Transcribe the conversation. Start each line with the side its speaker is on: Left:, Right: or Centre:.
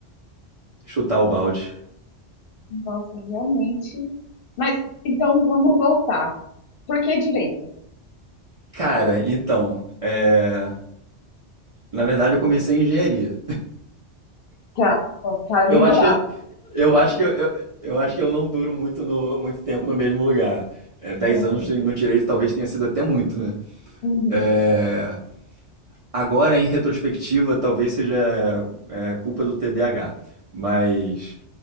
Right: chutar o balde.
Left: Nossa, realmente. Mas então vamos voltar. Por que direito?
Right: Cara, então, é, na verdade, eu comecei em engenharia.
Left: Tá, ó, tá ali
Right: Eu
Left: do
Right: acho
Left: lado.
Right: que eu, eu acho que eu, eu, eu acho que eu não duro muito no muito tempo no mesmo lugar. É, 10
Left: né?
Right: anos no direito talvez tenha sido até muito, né?
Left: Uhum,
Right: É, agora, em retrospectiva, talvez seja é, culpa do TDAH. Mas,